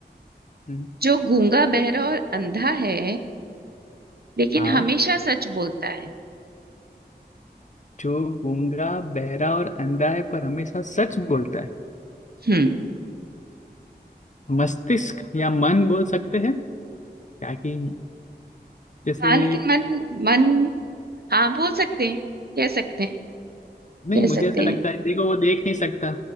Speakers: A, on the left; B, on the right.
A: है। हम्म,
B: जो गूंगा बहरा और अंधा है लेकिन
A: हाँ
B: हमेशा सच बोलता है
A: जो गूंगा बहरा और अंधा है पर हमेशा सच बोलता है
B: हम्म
A: मस्तिष्क या मन बोल सकते हैं ताकि जैसे
B: हाँ लेकिन मन मन हाँ बोल सकते हैं कह सकते हैं
A: नहीं
B: कह
A: मुझे
B: सकते
A: ऐसा लगता
B: हैं
A: है देखो वो देख नहीं सकता